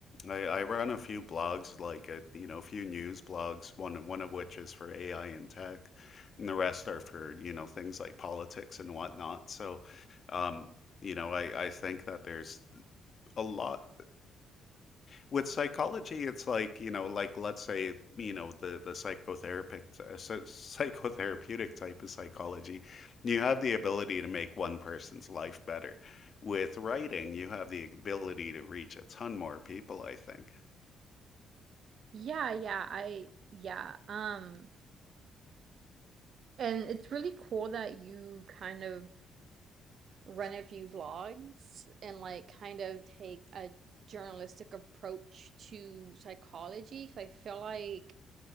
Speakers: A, on the left; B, on the right.
A: I, I run a few blogs, like a, you know, a few news blogs, one one of which is for AI and tech, and the rest are for, you know, things like politics and whatnot. So, um, you know, I, I think that there's a lot with psychology, it's like, you know, like let's say, you know, the the psychotherapeutic uh, <laughs> psy- psychotherapeutic type of psychology, you have the ability to make one person's life better. With writing, you have the ability to reach a ton more people, I think.
B: Yeah, yeah, I yeah. Um and it's really cool that you kind of run a few vlogs and like kind of take a journalistic approach to psychology 'cause I feel like